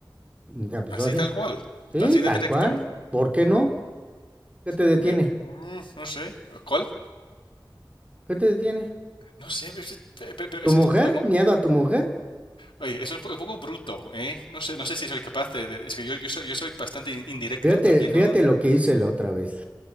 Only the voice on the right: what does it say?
ya, pues,
sorry.
Sí,
tal
cual. ¿Por qué no? ¿Qué te detiene?
¿Qué te detiene?
¿Tu
mujer?
¿Miedo a tu mujer?
Fíjate,
fíjate
lo que hice la otra vez.